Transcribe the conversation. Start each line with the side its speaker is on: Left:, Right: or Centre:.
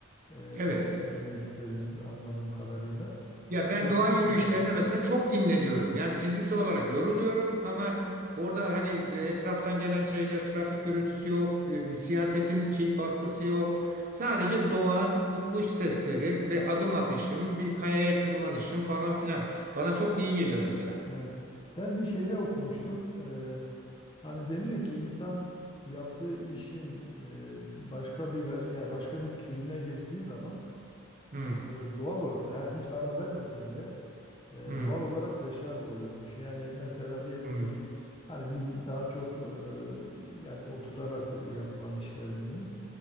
Left: e,
Right: Evet.
Left: demek istediğiniz anladığım kadarıyla.
Right: Ya ben
Left: Kesinlikle
Right: doğa yürüyüşlerinde
Left: evet.
Right: mesela çok dinleniyorum. Yani fiziksel olarak yoruluyorum ama orada hani etraftan gelen şeyler, trafik gürültüsü yok, e, siyasetin şey baskısı yok. Sadece doğa, ku- kuş sesleri ve adım atışım, bir kayaya tırmanışım falan filan. Bana çok iyi geliyor mesela.
Left: Evet. Ben bir şeyde okumuştum. E, hani deniyor ki insan yaptığı işin e, başka bir ver, yani başka bir türüne geçtiği zaman
Right: Hı
Left: e, doğal olarak yani hiç ara vermese bile e,
Right: hı
Left: doğal olarak deşarj oluyormuş. Yani mesela diyelim
Right: hı
Left: ki hani biz daha çok e, yani oturarak e, yapılan işler bizim.